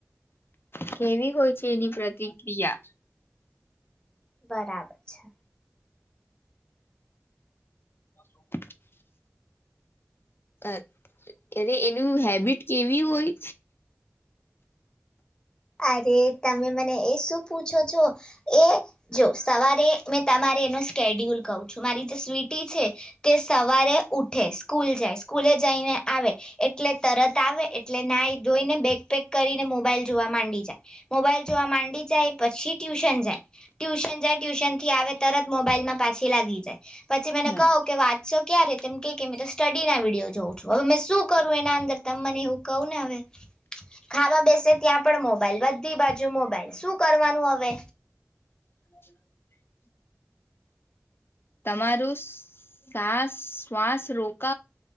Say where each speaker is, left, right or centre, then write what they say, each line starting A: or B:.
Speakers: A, on the left; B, on the left.
A: કેવી હોય છે એની પ્રતિક્રિયા?
B: બરાબર છે.
A: <inaudible> અ અને એનું હેબિટ કેવી હોય?
B: અરે તમે મને એ શું પૂછો છો એ જો સવારે મે તમારે એનો સ્ડ્યુલ કહું છું મારી જે સ્વીટી છે તે સવારે ઉઠે સ્કૂલ જાય સ્કૂલે જઈને આવે એટલે તરત આવે. એટલે ના જોઈને બેગ પેક કરીને મોબાઈલ જોવા માંડી જાય મોબાઈલ જોવા માંડી જાય પછી ટ્યુશન જાય ટ્યુશન જાય ટ્યુશન થી આવે તરત મોબાઈલમાં પાછી લાગી જાય. પછી મને
A: હમ
B: કહ કે વાંચશો ક્યારે? તેમમ ક કે મિત સ્ટડીના વિડીયો જોઉં છું. હ મે શું કરું એના અંદર? ત મને એવું કવું ને હવે ખાવા બેસે ત્યાં પણ મોબાઈલ બધી બાજુ મોબાઈલ શું કરવાનું હવે?
A: <inaudible> તમારું શ્વાસ શ્વાસ રોક